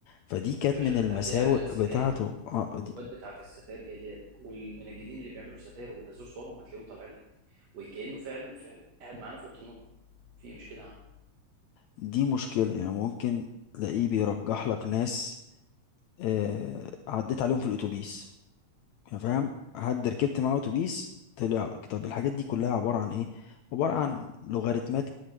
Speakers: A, on the left; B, on the right.
A: فدي كانت
B: يا باشا
A: من
B: ده
A: المساوئ
B: انت هتلاقي اعلانات ستاير
A: بتاعته اه
B: والجروبات
A: دي,
B: بتاعت الستاير جايه لك والمنجدين اللي بيعملوا ستاير وبينزلوا صورهم هتلاقيهم طالعين لك وكانه فعلا فعلا قاعد معانا في اوضه النوم في إيه مش كده يا عم
A: دي مشكلة يعني ممكن تلاقيه بيرجح لك ناس آه عديت عليهم في الاتوبيس يعني فاهم
B: مم.
A: حد ركبت معاه اتوبيس طلع لك طب الحاجات دي كلها عبارة عن ايه عبارة عن لوغاريتمات